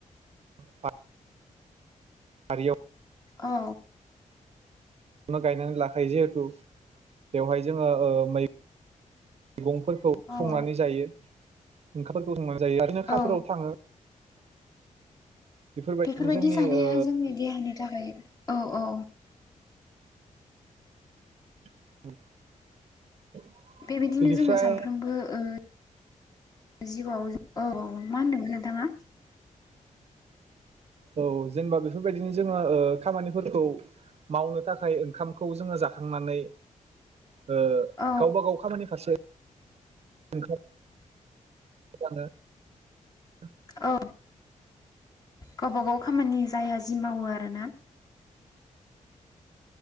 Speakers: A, on the right; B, on the left.
A: <unintelligible> <unintelligible>
B: औ।
A: गायनानै लाखायो जिहेथु बेवहाय जोङो ओ मै गंफोरखौ
B: औ
A: संनानै जायो। <unintelligible> माने जायो ओरैनो
B: औ
A: <unintelligible> थाङो बेफोरबायदिनो
B: बेफोरबायदि
A: जोंनि
B: जानाया
A: ओ
B: जोंनि देहानि थाखाय औ औ
A: <inaudible>
B: बेबायदिनो
A: बेनिफ्राय
B: जोङो सानफ्रोमबो ओ जिउआव जों औ मा होनदोंमोन नोंथाङा?
A: औ जेनबा बेफोरबायदिनो जोङो ओ खामानिफोरखौ मावनो थाखाय ओंखामखौ जोङो जाखांनानै ओ
B: औ
A: गावबा गाव खामानि फारसे <unintelligible>
B: औ गावबा गाव खामानि जायहा जि मावो आरोना